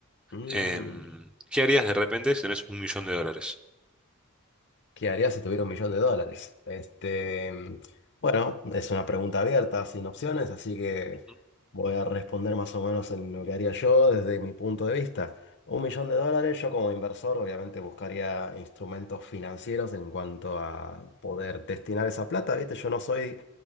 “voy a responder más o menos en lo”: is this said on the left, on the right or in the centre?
Left